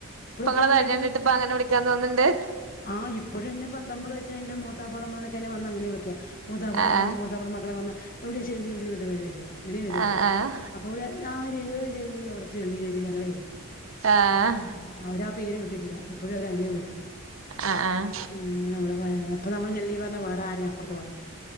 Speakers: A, on the left; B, on the right.
A: ഇപ്പോഴും
B: ഇപ്പ ഇങ്ങളെ
A: ഇത്ര വലുതായിട്ടും
B: തടി കണ്ടിട്ട് ഇപ്പ അങ്ങനെ വിളിക്കാൻ തോന്ന്ണ്ട്
A: ആ ഇപ്പോഴും എന്നെ പത്തമ്പത് വയസ്സ എന്റെ മോൻ മൂത്താപ്പാടെ മോൻ വന്നങ്ങനെ വിളിക്ക മൂത്താപ്പ ടെ
B: ആഹ്
A: മോന മൂത്താപ്പ ടെ മക്കളെ വന്ന് എവിടെയും ചെള്ളി എവിടെ എന്ന് ചോദിച്ചു വരിക. അങ്ങനെ വര
B: ആഹ്
A: അവര്
B: ആഹ്
A: അപ്പ ആ ഒരു ഏത് ചെള്ളി എവിടെ ചെള്ളി ചോദിക്ക ഞങ്ങളേ
B: ആഹ്
A: ആ അവരാ പേര് വിട്ടിട്ടില്ല ഇപ്പഴും അവര് അങ്ങനെ വിളിക്ക.
B: ആഹ് ആഹ്
A: ഉം നമ്മള് ഇപ്പ നമ്മള് ചെള്ളി പറഞ്ഞ വേറെ ആരെങ്കും അപ്പുറത്ത് പോണം